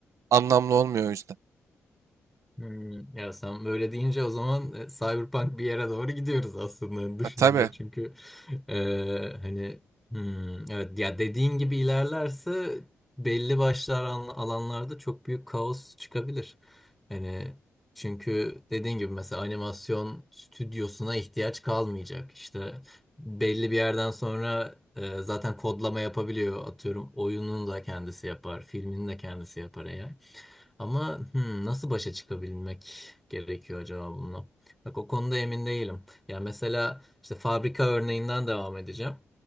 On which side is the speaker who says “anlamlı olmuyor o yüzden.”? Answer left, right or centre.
Right